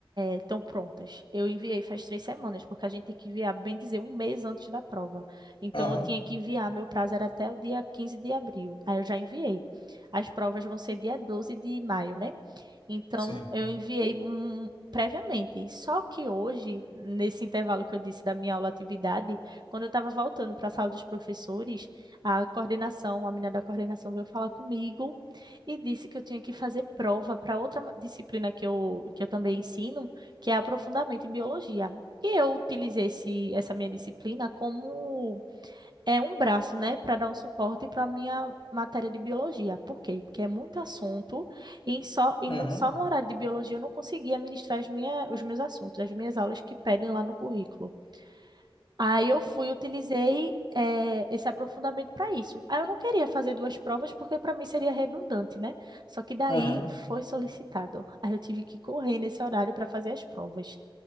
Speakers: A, on the right; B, on the left.
A: estão prontas. Eu enviei faz três semanas, porque a gente tem que enviar, bem dizer, um mês antes da prova. Então
B: Aham,
A: eu tinha que enviar, meu prazo era até o dia 15 de abril. Aí eu já enviei. As provas vão ser dia 12 de maio, né? Então,
B: sim.
A: eu enviei hum, previamente. Só que hoje, nesse intervalo que eu disse da minha aula atividade, quando eu estava voltando para a sala dos professores, a coordenação, a menina da coordenação veio falar comigo e disse que eu tinha que fazer prova para outra ma- disciplina que eu, que eu também ensino, que é aprofundamento em biologia. E eu utilizei esse, essa minha disciplina como é um braço, né, para dar um suporte para a minha matéria de biologia. Por quê? Porque é muito assunto e em só, e
B: Aham,
A: no, só no horário de biologia eu não conseguia ministrar as minha, os meus assuntos, as minhas aulas que pedem lá no currículo. Aí eu fui, utilizei eh, esse aprofundamento para isso. Aí eu não queria fazer duas provas porque para mim seria redundante, né? Só que daí
B: aham.
A: foi solicitado. Aí eu tive que correr nesse horário para fazer as provas.